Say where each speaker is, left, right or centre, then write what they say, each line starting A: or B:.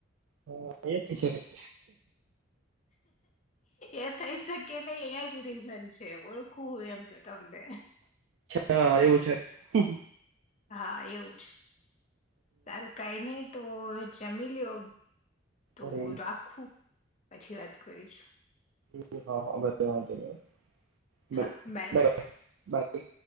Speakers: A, on the right (about 80°); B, on the left (about 35°).
A: હા એ થઈ શકે <inaudible>
B: એ થઈ શકે નહી એજ રીઝન છ છે. ઓળખું હું એમ તો તમને.
A: હા એવું છે. હમ હમ
B: હા એવું જ. તારું કાઈ નહીં તો જમી લ્યો. તો
A: અરે
B: રાખું. પછી વાત કરીશ.
A: એ હા હા ભલે વાંધો નહીં.
B: હા બાય
A: <inaudible> બાકી?